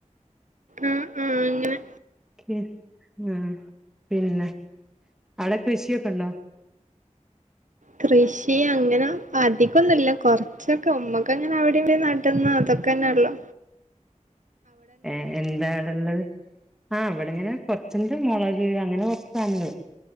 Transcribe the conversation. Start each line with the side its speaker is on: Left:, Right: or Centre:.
Right: ആഹ് ആ അങ്ങനെ
Centre: <unintelligible> ആ പിന്നെ അവ്ടെ കൃഷിയൊക്കെ ഉണ്ടോ?
Right: കൃഷി അങ്ങനെ അധികം ഒന്നും ഇല്ല കൊറച്ചൊക്കെ ഉമ്മക്ക് അങ്ങനെ അവിടെ ഇവിടേം നടന്ന അതൊക്കെന്നെ ഉള്ളു
Centre: ഏ എന്താണുള്ളത്? ആഹ് ഇവിടെങ്ങനെ കൊറച്ച്ണ്ട് മോളത് അങ്ങനെ കൊറച്ച് സാധനങ്ങള്